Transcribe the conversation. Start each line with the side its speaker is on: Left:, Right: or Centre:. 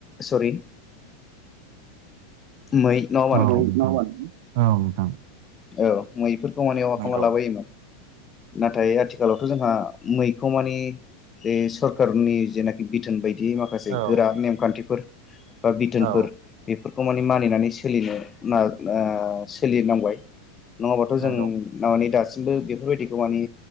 Left: सरि मै नङा होमबा
Right: औ
Left: नोंथां
Right: औ नोंथां
Left: औ मैफोरखौ माने <unintelligible> खालामना
Right: नंगौ
Left: लाबायोमोन नाथाय आथिखालावथ' जोंहा मैखौ मानि बे सरखारनि जेनाखि बिथोन बायदि माखासे माखासे
Right: औ
Left: गोरा नेमखान्थिफोर बा बिथोनफोर
Right: औ
Left: बेफोरखौ मानि मानिनानै सोलिनो सोलिनांबाय नङाबाथ' जों
Right: नंगौ
Left: माने दासिमबो बेफोरबायदिखौ माने